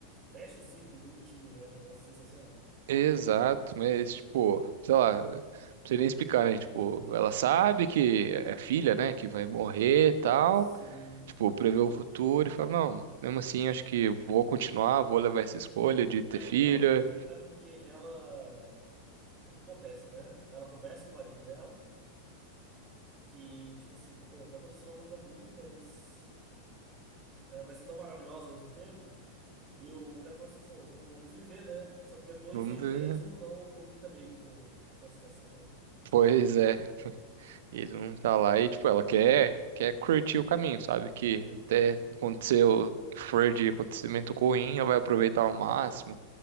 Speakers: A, on the right; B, on the right.
A: fecha o círculo bonitinho, né? É um negócio sensacional.
B: Exato, mas, tipo, sei lá, não sei nem explicar, né? Tipo, ela sabe que é filha, né? Que vai morrer e tal.
A: Sim.
B: Tipo, prevê o futuro e fala, não, mesmo assim, acho que vou continuar, vou levar essa escolha de
A: Né,
B: ter filha.
A: então, é porque ela. O que acontece, né? Ela conversa com o marido dela, que, tipo assim, pô, vai acontecer uma coisa ruim, mas é, vai ser tão maravilhosa ao mesmo tempo. E o cara fala assim, pô, então vamos viver, né? Só que depois
B: Vamos
A: ele
B: ver.
A: mesmo não, não lida bem com com a situação toda.
B: Pois é, ele não tá lá e, tipo, ela quer, quer curtir o caminho, sabe? Que até aconteceu, o que for de acontecimento ruim, ela vai aproveitar ao máximo,